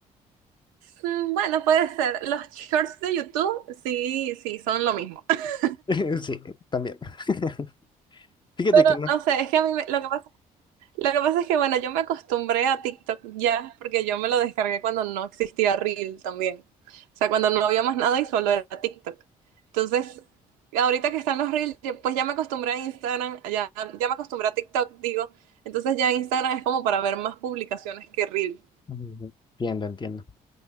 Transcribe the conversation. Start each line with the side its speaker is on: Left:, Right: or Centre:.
Right: Mm, Bueno, puede ser. Los shorts de YouTube, sí, sí, son lo mismo. <laughs>
Left: <laughs> Sí, también. <laughs> Fíjate
Right: Pero
Left: que no.
Right: no sé, es que a mí me- lo que pasa, lo que pasa es que, bueno, yo me acostumbré a TikTok ya, porque yo me lo descargué cuando no existía Reel también. O sea, cuando no había más nada y solo era TikTok. Entonces, ahorita que están los Reels, yo- pues ya me acostumbré a Instagram, ya, ya me acostumbré a TikTok, digo. Entonces ya Instagram es como para ver más publicaciones que Reel.
Left: Mm, Entiendo, entiendo.